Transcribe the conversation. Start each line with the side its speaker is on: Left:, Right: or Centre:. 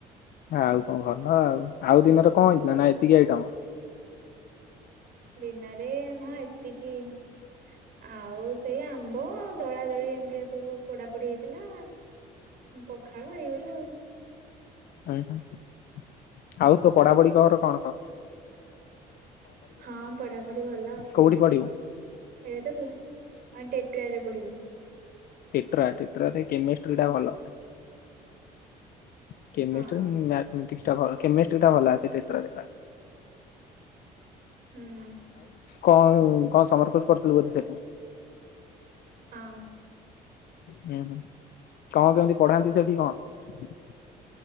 Left: ଆଉ କଣ ଭଲ ଆଉ ଆଉ ଦିନରେ କଣ ହେଇଥିଲା, ନା ଏତିକି ଆଇଟମ? <inaudible>
Right: ଦିନରେ ହଁ ଏତିକି <inaudible> ଆଉ ସେଇ ଆମ୍ବ ଦଳା ଦଳି ଏମିତିଆ ସବୁ ପୋଡାପୋଡି ହେଇଥିଲା <inaudible> ପଖାଳ ଏଇଗୁଡା ଆଉ।
Left: ହୁଁ ହଁ <inaudible> ଆଉ ତୋ ପଢାପଢି ଖବର କଣ କ
Right: ହଁ ପଢାପଢି ଭଲ
Left: କୋଉଠି ପଢିବୁ?
Right: ଏବେ <inaudible> ତ ରେ ପଢିବି।
Left: ଟେଟ୍ରା ଟେଟ୍ରାରେ କେମିଷ୍ଟ୍ରିଟା ଭଲ। <inaudible> କେମେଷ୍ଟ୍ରି
Right: ହଁ
Left: ମ୍ୟାଥମେଟିକ୍ସ। ଭଲ କେମିଷ୍ଟି ଟା ଭଲ ସେ ଟେଟ୍ରାରେ ଦେଖ।
Right: ହୁଁ।
Left: କଣ କଣ ସମରକୋଶ କରୁଥିଲୁ ବୋଧେ ସେଇଠ
Right: ହଁ
Left: <inaudible> ହୁଁ ହୁଁ କଣ କେମିତି ପଢାନ୍ତି ସେଠି କଣ? <inaudible>